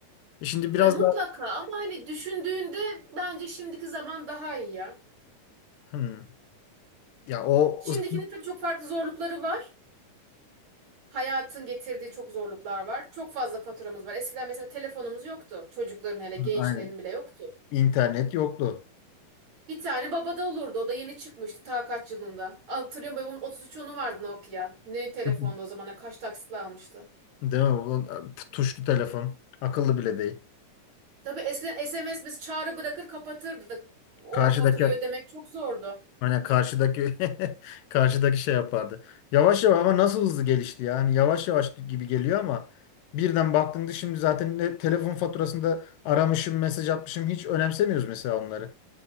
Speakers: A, on the left; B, on the right.
A: E Şimdi biraz
B: Ya mutlaka
A: daha
B: ama hani düşündüğünde bence şimdiki zaman daha iyi ya.
A: Hmm. ya o
B: Şimdikinin
A: ıs-
B: tabii çok farklı zorlukları var. Hayatın getirdiği çok zorluklar var. Çok fazla faturamız var. Eskiden mesela telefonumuz yoktu. Çocukların hele gençlerin
A: aynen
B: bile yoktu.
A: internet yoktu.
B: Bir tane babada olurdu. O da yeni çıkmıştı ta kaç yılında. Hatırlıyorum babamın 33 onu vardı Nokia. Ne telefondu
A: <laughs>
B: o zamanlar kaç taksitle almıştı.
A: Değil mi? O- Tuşlu telefon. Akıllı bile değil.
B: Tabii eskiden SMS biz çağrı bırakır kapatırdık. O
A: Karşıdaki
B: faturayı ödemek çok zordu.
A: Aynen karşıdaki <laughs> karşıdaki şey yapardı. Yavaş yavaş ama nasıl hızlı gelişti ya. Hani yavaş yavaş gibi geliyor ama birden baktığında şimdi zaten ne telefon faturasında aramışım, mesaj atmışım hiç önemsemiyoruz mesela onları.